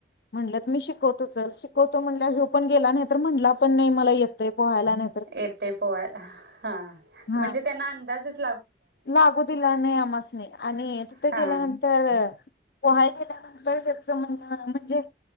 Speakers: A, on the left; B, on the right.
A: म्हणलं तर मी शिकवतो चल शिकवतो म्हणल्यावर हो पण गेला नाही तर म्हणला पण नाही मला येतंय पोहायला ना
B: येते पोवायला हा म्हणजे
A: हा
B: त्यांना आं <inaudible>
A: लागू दिला नाही आमास्नी <inaudible> आणि तिथं
B: हा
A: गेल्यानंतर पोहाय गेल्यानंतर त्याच म्हण म्हणजे